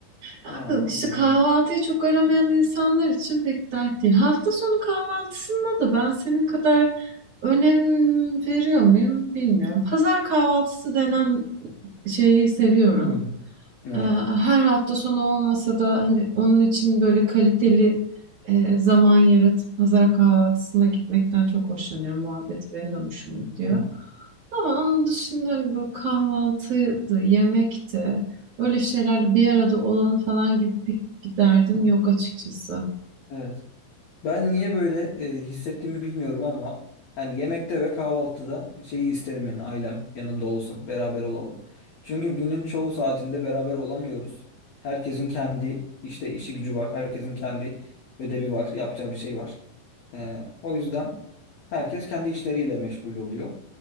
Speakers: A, on the right; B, on the left.
A: Ha,
B: Yani o
A: İşte
B: şekilde.
A: kahvaltıyı çok aramayan insanlar için pek dert değil. Hafta sonu kahvaltısında da ben senin kadar önem veriyor muyum bilmiyorum. Pazar kahvaltısı denen şeyi seviyorum.
B: Hı. Evet.
A: Ee, Her hafta sonu olmasa da hani onun için böyle kaliteli e, zaman yaratıp pazar kahvaltısına gitmekten çok hoşlanıyorum. Muhabbeti benim de hoşuma gidiyor.
B: Hı hı.
A: Ama onun dışında hani böyle kahvaltıydı, yemekti. Öyle şeylerle bir arada olalım falan gibi pek bir derdim
B: Hı.
A: yok açıkçası.
B: Evet. Ben niye böyle e, hissettiğimi bilmiyorum ama hani yemekte ve kahvaltıda şeyi isterim yani ailem yanımda olsun, beraber olalım. Çünkü günün çoğu saatinde beraber olamıyoruz. Herkesin kendi işte işi gücü var, herkesin kendi ödevi var, yapacağı bir şey var. E, o yüzden herkes kendi işleriyle meşgul oluyor.